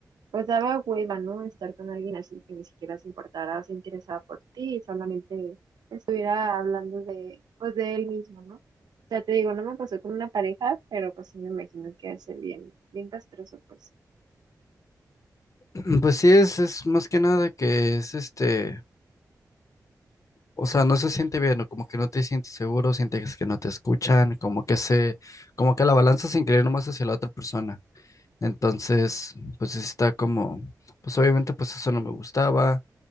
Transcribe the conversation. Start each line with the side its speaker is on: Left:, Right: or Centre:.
Right: Pues daba hueva, ¿no? Estar con alguien así que ni siquiera se importara o se interesaba por ti y solamente estuviera hablando de, pues, de él mismo, ¿no? O sea, te digo, no me pasó con una pareja, pero pues sí me imagino que es bien, bien castroso, pues.
Left: <clears throat> Pues sí, es, es más que nada que es este, o sea, no se siente bien, o como que no te sientes seguro, sientes que no te escuchan, como que se, como que la balanza se inclina más hacia la otra persona. Entonces, pues sí está como, pues obviamente pues eso no me gustaba,